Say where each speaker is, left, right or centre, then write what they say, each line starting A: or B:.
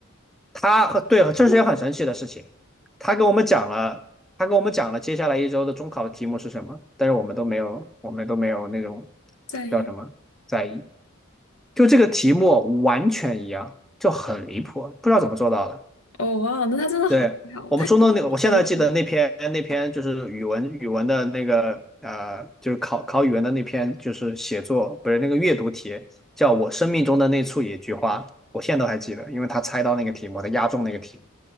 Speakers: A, in the centre; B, on the left.
A: 他和对，这是一件很神奇的事情。他跟我们讲了，他跟我们讲了接下来一周的中考的题目是什么，但是我们都没有，我们都没有那种
B: 在意
A: 叫什么在意，就这个题目完全一样，就很离谱，不知道怎么做到的。
B: 哦哇，那他真的好厉害哦！
A: 对，我们初中那个，
B: 他应该学医
A: 我现在记得那篇那篇就是语文语文的那个呃，就是考考语文的那篇，就是写作不是那个阅读题，叫我生命中的那处野菊花，我现在都还记得，因为他猜到那个题目，他押中那个题目，